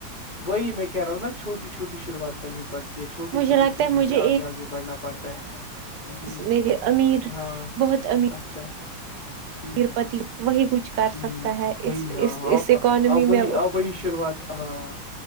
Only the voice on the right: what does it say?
مجھے
لگتا
ہے مجھے
میرری امیر
بہت امیر
پتی وہی کچھ کر
سکتا ہے
اس
اس
اس اکانمی
میں